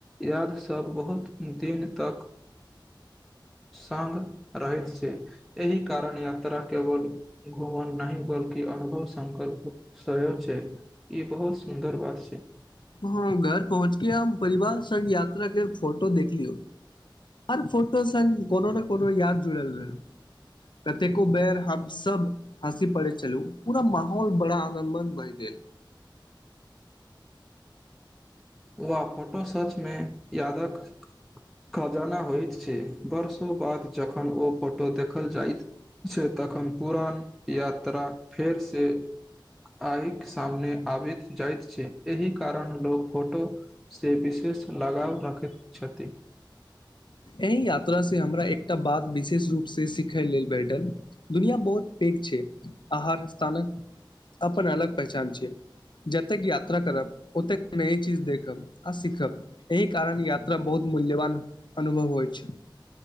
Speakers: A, in the centre; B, on the left.
A: याद सब बहुत दिन तक संग रहैत छै एहि कारण यात्रा केवल घुमन न बल्कि अनुभव संकल्प सय छै ई बहुत सुन्दर बात छै
B: ह घर पहुँचके हम परिवार सङ्ग यात्राे के फोटो देखलियौ हर फोटो संग कोनो ने कोनो याद जुड़ल रहय कतेको बेर हम सब हँसी पड़ैत छलहु पूरा माहौल बड़ा आनन्दमन्द भहि गेल
A: व फोटो सचमे यादक खजाना होइत छै वर्षो बाद जखन ओ फोटो देखल जाइत से तखन पुरान यात्रा फेरसे आहिके सामने आबैत जाइत छै एहि कारण लोक फोटोसँ विशेष लगाव रखैत छथिन
B: एहि यात्रा से हमरा एकटा बात विशेष रूप से सिखय लेल भेटल दुनिया बहुत पैग छै आ हर स्थानक अपन अलग पहचान छै जतेक यात्रा करब ओतेक नय चीज देखब आ सीखब एहि कारण यात्रा बहुत मूल्यवान अनुभव होइ छै